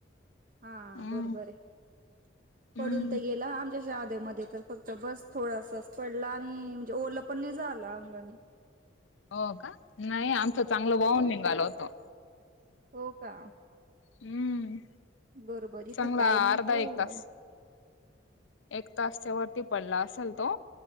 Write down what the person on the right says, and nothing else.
हा
बरोबर आहे पडून
तर गेलं आमच्या आ मध्ये तर फक्त बस थोडासाच पडला आणि म्हणजे ओरलं पण नाही झाला अंगामी
हो का
बरोबर इथं
काय नाही
ग एवढं